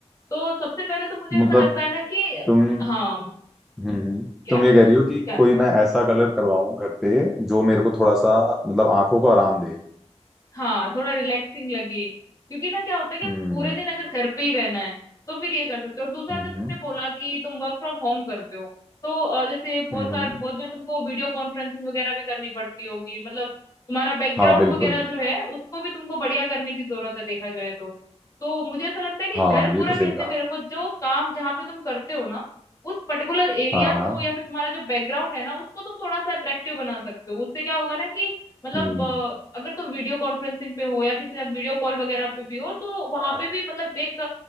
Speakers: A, on the left; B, in the centre.
A: तो सबसे पहले तो मुझे
B: मतलब
A: ऐसा लगता है ना कि
B: तुम
A: हाँ
B: हम्म
A: क्या
B: तुम ये कह रही हो कि
A: क्या
B: कोई मैं ऐसा कलर करवाऊं घर पे जो मेरे को थोड़ा सा मतलब आंखों को आराम दे
A: हाँ थोड़ा रिलैक्सिंग लगे क्योंकि ना क्या होता है कि
B: हम्म
A: पूरे दिन अगर घर पे ही रहना है तो फिर ये कर सकते हो और दूसरा
B: हम्म
A: जब तुमने बोला कि तुम वर्क फ्रॉम होम करते हो तो अ, जैसे बहुत
B: हम्म
A: सार बहुत बार तुमको वीडियो कॉन्फ्रेंसिंग वगैरह भी करनी पड़ती होगी मतलब तुम्हारा बैकग्राउंड
B: हाँ बिल्कुल
A: वगैरह जो है उसको भी तुमको बढ़िया करने की जरूरत है देखा जाए तो तो मुझे ऐसा लगता है कि
B: हाँ
A: घर
B: ये
A: पूरा
B: तो
A: कैसे
B: सही कहा
A: भी रखो जो काम जहाँ पे तुम करते हो ना उस पर्टिकुलर एरिया
B: हाँ हाँ
A: को या फिर तुम्हारा जो बैकग्राउंड है ना उसको तुम थोड़ा सा अट्रैक्टिव बना सकते हो उससे क्या होगा ना कि मतलब
B: हम्म
A: अगर तुम वीडियो कॉन्फ्रेंसिंग पे हो या किसी के साथ वीडियो कॉल वगैरह पे भी हो तो वहां
B: हाँ,
A: पे भी मतलब एक